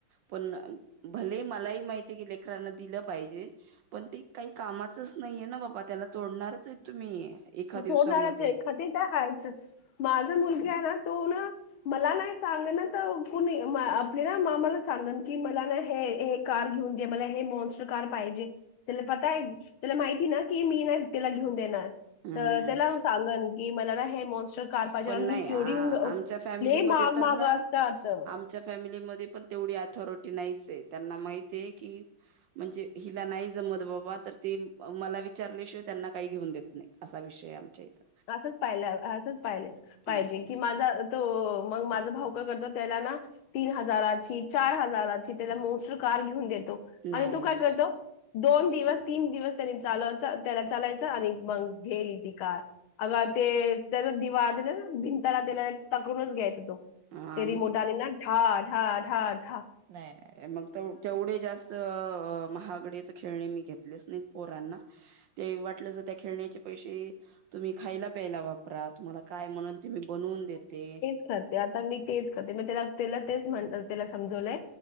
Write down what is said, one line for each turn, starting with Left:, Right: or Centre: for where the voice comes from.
Right: पण भले मलाही माहिती आहे, की लेकरांना दिलं पाहिजे. पण ते काही कामाचच नाहीये ना. बाबा त्याला तोडणारच आहे. तुम्ही एका दिवसामध्ये
Left: होणार चा आहे. एखादी तर आहेच माझं मुलगी आहे ना. तो.. ना... मला नाही सांग ना तर, कुणी आपली ना मामाला सांगन की, मला ना हे कार घेऊन द्या मला. हे मॉन्ट कार पाहिजे. त्याला पता आहे. त्याला माहिती ना की, मी ना त्याला घेऊन देणार.
Right: हम्म
Left: तर, त्याला सांगन की मला ना, हे मॉन्स्टर का पाहिजे
Right: पण
Left: आणि मी
Right: नाही
Left: केवढ
Right: आ- आमच्या फॅमिलीमध्ये
Left: हे महाग
Right: तर
Left: माग
Right: ना
Left: असत. आता
Right: आमच्या फॅमिलीमध्ये पण तेवढी अथॉरिटी नाहीच आहे. त्यांना माहीत आहे. की, म्हणजे, हिला नाही जमत बाबा. तर ते मला विचारल्याशिवाय त्यांना काही घेऊन देत नाही. असा विषय आमच्या इथ.
Left: असंच पाहिलं, असंच पाहिलं पाहिजे.
Right: हम्म,
Left: की, माझा तो मग, माझं भाऊ काय करतो. त्याला ना तीन हजाराची. चार हजाराची. त्याला मोस्ट कार घेऊन देतो
Right: नाही
Left: आणि तो
Right: नाही
Left: काय करतो. दोन दिवस तीन दिवस त्यांनी चालवच. त्याला चालायचं आणि मग घेईल ती कार. अग ते, त्याचा दिवा त्याला भिंताला त्याला तकरूनच घ्यायचा तो.
Right: हा
Left: तेरी
Right: मग
Left: मोडाली ना.. ढढा.. ढा.. ढ...
Right: नाही, मग तर तेवढे जास्त महागडे खेळणे, मी घेतले <inaudible> स् नत पोरांना. ते वाटलं ज त्, या खेळण्याचे पैसे तुम्ही खायला प्यायला वापरा. तुम्हाला काय, म्हणून ते मी बनवून देते.
Left: साध्या, आता मी तेच करते. मी त्याला तेच म्हला समजवलंय.